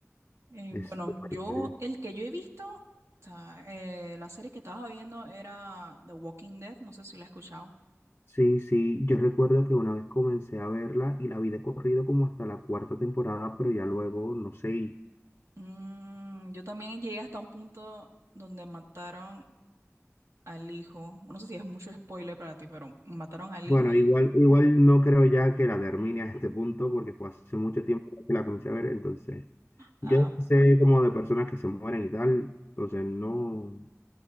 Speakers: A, on the right; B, on the left.
A: Eh,
B: es
A: bueno,
B: súper
A: yo,
B: divertido.
A: el que yo he visto, o sea, eh, la serie que estaba viendo era The Walking Dead, no sé si la he escuchado.
B: Sí, sí, yo recuerdo que una vez comencé a verla y la vi de corrido como hasta la cuarta temporada, pero ya luego, no sé, y-
A: Mm, yo también llegué hasta un punto donde mataron al hijo. No sé si es mucho spoiler para ti, pero mataron al
B: bueno,
A: hijo y...
B: igual, igual no creo ya que la termine a este punto porque fue hace mucho tiempo que la comencé a ver, entonces
A: Ah,
B: yo sé como de personas que se mueren y tal, entonces no,